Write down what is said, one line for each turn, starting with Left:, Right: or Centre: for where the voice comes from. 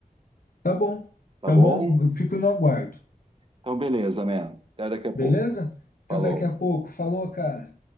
Left: Tá bom,
Right: Tá
Left: tá
Right: bom?
Left: bom. Eu fico no aguardo.
Right: Então, beleza, man. Até daqui a pouco.
Left: Beleza? Até
Right: Falou.
Left: daqui a pouco. Falou, cara.